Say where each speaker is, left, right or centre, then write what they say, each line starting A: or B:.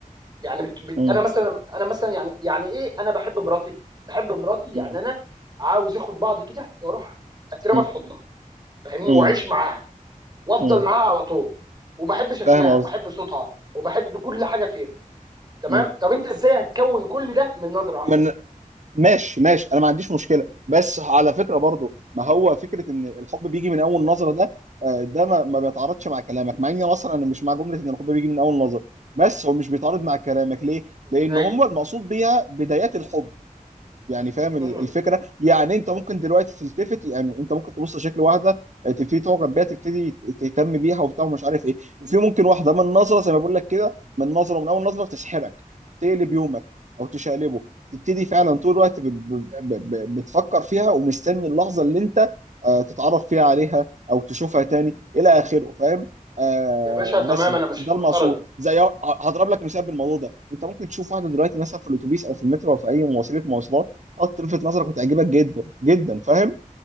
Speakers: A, on the right; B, on the right.
A: يعني بت... بت...
B: مم.
A: انا مثلا انا مثلا يعني يعني ايه انا بحب مراتي بحب مراتي يعني
B: مم.
A: انا عاوز اخد بعضي كده واروح اترمى
B: مم.
A: في حضنها فاهمني
B: مم.
A: واعيش معاها وافضل
B: مم.
A: معاها على طول وبحب شكلها
B: فاهم
A: وبحب
B: قصدي
A: صوتها وبحب كل حاجه فيها تمام
B: مم.
A: طب انت ازاي هتكون كل ده من نظره واحده
B: من ماشي ماشي انا ما عنديش مشكله بس على فكره برضو ما هو فكره ان الحب بيجي من اول نظره ده آه، ده ما, ما بيتعارضش مع كلامك مع اني اصلا انا مش مع جمله ان الحب بيجي من اول نظره بس هو مش بيتعارض مع كلامك ليه؟
A: ازاي
B: لان هم المقصود بيها بدايات الحب يعني فاهم
A: مم.
B: ال- الفكره يعني انت ممكن دلوقتي تلتفت يعني انت ممكن تبص لشكل واحده تبتدي تعجب بيها تبتدي تهتم بيها وبتاع ومش عارف ايه وفي ممكن واحده من نظره زي ما بقول لك كده من نظره من اول نظره تسحرك تقلب يومك او تشقلبه تبتدي فعلا طول الوقت ب- ب- ب- ب- بتفكر فيها ومستني اللحظه اللي انت آه، تتعرف فيها عليها او تشوفها تاني الى اخره فاهم آه
A: يا باشا تمام
B: بس
A: انا مش
B: ده
A: معترض
B: المقصود زي هضرب لك مثال بالموضوع ده انت ممكن تشوف واحده دلوقتي مثلا في الاتوبيس او في المترو او في اي مواصله مواصلات اه تلفت نظرك وتعجبك جدا جدا فاهم